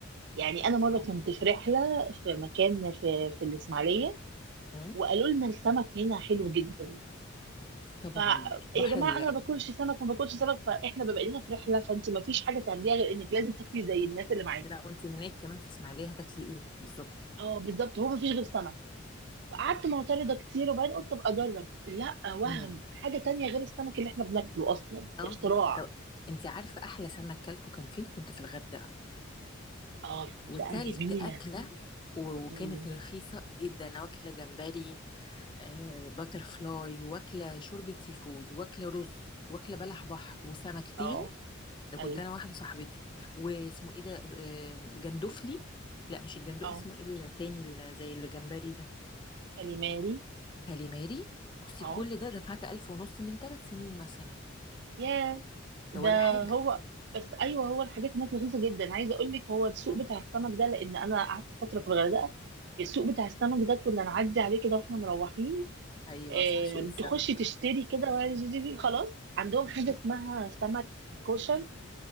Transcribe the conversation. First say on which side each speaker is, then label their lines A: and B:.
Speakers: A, on the right; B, on the left.
A: يعني انا مره
B: اه
A: كنت في رحله في مكان في في الاسماعيليه
B: امم
A: وقالوا لنا السمك هنا حلو جدا
B: طبعا
A: ف
B: بحر
A: يا جماعه
B: ال...
A: انا ما باكلش سمك ما باكلش سمك فاحنا بما اننا في رحله فانت ما فيش حاجه تعمليها غير انك لازم تاكلي زي الناس اللي معاكي
B: لا وانت هناك كمان في اسماعيلية هتاكلي ايه بالظبط
A: اه بالظبط هو ما فيش غير سمك فقعدت معترضه كتير وبعدين قلت طب اجرب لا وهم
B: امم
A: حاجه تانية غير السمك اللي احنا بناكله اصلا
B: اه
A: اختراع
B: طب انت عارفة احلى سمك كلته كان فين كنت في الغردقة
A: اه منطقه
B: وكلت
A: جميله
B: أكلة و-
A: امم
B: وكانت رخيصة جدا أنا واكلة جمبري آه باتر فلاي واكلة شوربة سي فود واكلة رز واكلة بلح بحر وسمكتين
A: اه
B: ده
A: ايوه
B: كنت أنا واحدة صاحبتي واسمه ايه ده آه جندفلي لا مش الجندو
A: اه
B: اسمه ايه التاني اللي زي الجمبري ده
A: كاليماري
B: كاليماري بصي
A: اه
B: كل ده دفعت ألف ونص من ثلاث سنين مثلا
A: ياه ده
B: ده ولا حاجة
A: هو بس ايوه هو الحاجات هناك رخيصه جدا عايزه اقول لك هو السوق
B: آه،
A: بتاع السمك ده لان انا قعدت فتره في الغردقه السوق بتاع السمك ده كنا نعدي عليه كده واحنا مروحين
B: أيوة
A: آم،
B: صح سوق السمك
A: تخشي تشتري كده ولا زي- زي- زي، خلاص عندهم حاجه
B: صح.
A: اسمها سمك كوشن